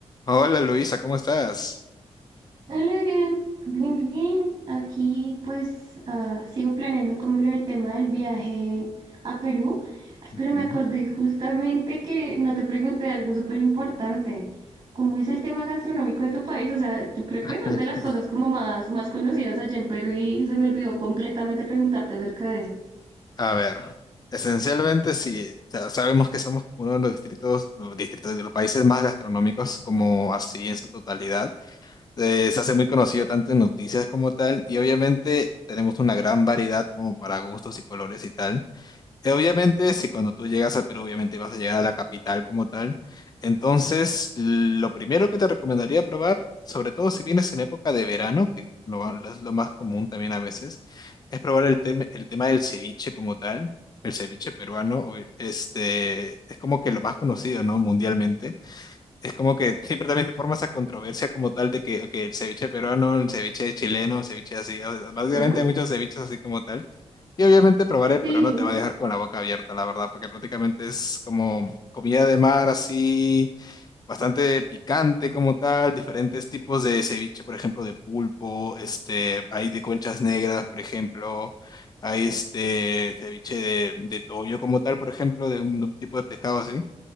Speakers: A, on the left; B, on the right.
A: Hola Luisa, ¿cómo estás?
B: Hola, Adrián. Bien, bien. Aquí pues ah, sigo planeando como lo del tema del viaje a Perú. Ay,
A: Ujú.
B: pero me acordé justamente que no te pregunté algo súper importante. ¿Cómo es el tema gastronómico de tu país? O sea, tú creo
A: <laughs>
B: que esa es de las cosas como más, más conocidas allá en Perú y se me olvidó completamente preguntarte acerca de eso.
A: A ver, esencialmente sí, o sea, sabemos que somos uno de los distritos, los distritos de los países más gastronómicos como así en su totalidad. Eh, se hace muy conocido tanto en noticias como tal y obviamente tenemos una gran variedad como para gustos y colores y tal. Eh, Obviamente, si cuando tú llegas a Perú, obviamente vas a llegar a la capital como tal. Entonces, lo primero que te recomendaría probar, sobre todo si vienes en época de verano, que lo, va- lo es lo más común también a veces, es probar el, tem- el tema del ceviche como tal. El ceviche peruano, obvi- este, es como que lo más conocido, ¿no? Mundialmente. Es como que <laughs> siempre también te forma esa controversia como tal de que, ok, el ceviche peruano, el ceviche chileno, el ceviche así. o sea, básicamente
B: Ujú.
A: hay muchos ceviches así como tal. Y obviamente probaré,
B: Sí.
A: pero no te va a dejar con la boca abierta, la verdad, porque prácticamente es como comida de mar así, bastante picante como tal, diferentes tipos de ceviche, por ejemplo, de pulpo, este, hay de conchas negras, por ejemplo, hay este ceviche de, de toyo como tal, por ejemplo, de un tipo de pescado así.